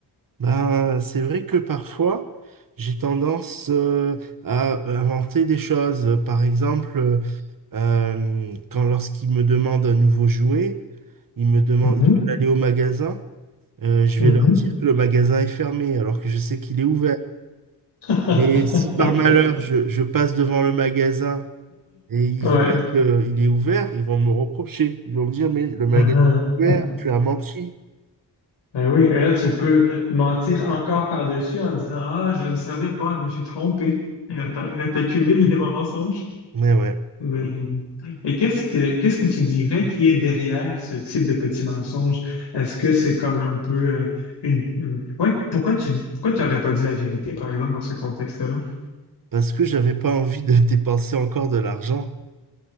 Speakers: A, on the right; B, on the left.
A: Ben, c'est vrai que parfois, j'ai tendance euh, à inventer des choses. Par exemple, euh, quand lorsqu'il me demande un nouveau jouet, il me demande,
B: Mhm,
A: il veut aller au magasin. Euh, je
B: mhm.
A: vais leur dire que le magasin est fermé alors que je sais qu'il est ouvert.
B: <laughs>
A: Mais si par malheur je, je passe devant le magasin et ils
B: Ouais.
A: voient qu'il est ouvert, ils vont me reprocher. Ils vont me dire, mais le magasin
B: Ah,
A: est ouvert,
B: ah.
A: tu as menti.
B: Ben oui, et là, tu peux mentir encore par-dessus en disant Ah, je ne savais pas, je me suis trompé. Et là, t'as- là, t'accumules les mensonges.
A: Mais ouais,
B: Mais- Et qu'est-ce que qu'est-ce que tu dirais qui est derrière ce type de petit mensonge? Est-ce que c'est comme un peu euh, une, une- Ouais, pourquoi tu pourquoi tu n'aurais pas dit la vérité, par exemple, dans ce contexte-là?
A: parce que j'avais pas envie de <laughs> dépenser encore de l'argent.